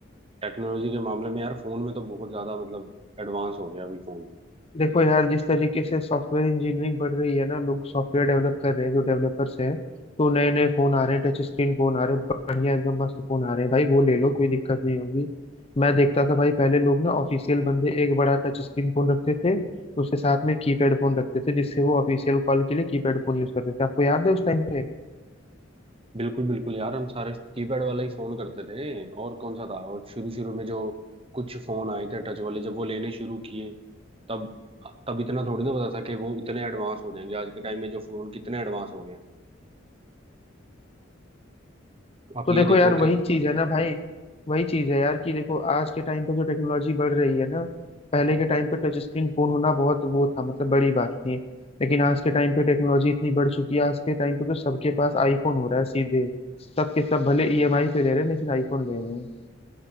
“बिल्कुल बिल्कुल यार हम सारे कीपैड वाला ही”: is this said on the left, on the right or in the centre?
Right